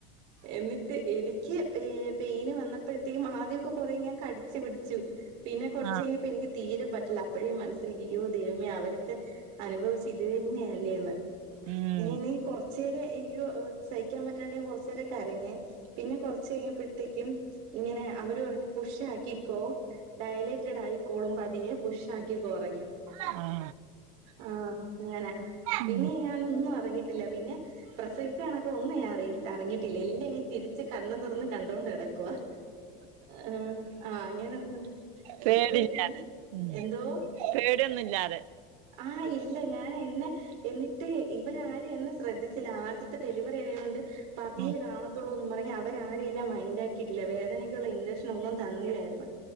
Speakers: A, on the right (about 55°); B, on the right (about 75°).
A: എന്നിട്ട് എനിക്ക് ഏ പെയിന് വന്നപ്പോഴത്തേക്കും ആദ്യോക്കെ കൊറെ ഞാൻ കടി ടിച്ചു പിടിച്ചു പിന്നെ കൊറച്ചു
B: ആഹ്
A: കഴിഞ്ഞപ്പ എനിക്ക് തീരെ പറ്റില്ല അപ്പഴേ ഞാൻമനസ്സിൽ യ്യോ ദേവമേ അവരെ ക്കെ അനുഭവിച്ച ഇത് തന്നെയല്ലേന്ന്
B: ഉം
A: <unintelligible> കൊർച്ചേരം എനിക്ക് സഹിക്കാൻ പറ്റാണ്ടായി കൊർച്ചേരം കരഞ്ഞെ പിന്നെ കൊർച്ചയ്ഞ്ഞപ്പത്തേക്കും ഇങ്ങനെ അവര് പറഞ്ഞു പുഷാക്കിക്കോ ഡയലൈറ്റഡായിക്കോളും പതിയെ പുഷാക്കിക്കോന്നു പറഞ്ഞു
B: ആ
A: ആ അങ്ങനെ
B: ഉം
A: പിന്നെ ഞാനൊന്നും അറിഞ്ഞിട്ടില്ല പിന്നെ പ്രസവിച്ച കണൊക്കെ ഒന്നും ഞാൻ അറി അറിഞ്ഞിട്ടില്ല എല്ലാ ങ്ങനെ ചിരിച്ച് കണ്ണം തൊറന്ന് കണ്ടോണ്ട് കെടക്കുവാ ആ ആ ങ്ങാനന്ന്
B: പേടില്ലാതെ
A: ഇപ്പഴേ ഞാന്
B: ഉം
A: എന്തോ
B: പേടിയൊന്നുല്ലാതെ
A: ആ ഇല്ല ഞാന് ഇന്ന് എന്നിട്ട് ഇവരാരും എന്നെ ശ്രദ്ധിച്ചില്ല ആദ്യത്തെ ഡെലിവറിയായോണ്ട് പതിയെ
B: ഉം
A: കാണ ത്തൊള്ളൂന്നും പറഞ് അവരാരെന്നെ മൈൻഡാക്കിയിട്ടില്ല വേദനയ്ക്കുള്ള ഇൻചക്ഷനൊന്നും തന്നില്ലായിര്ന്ന്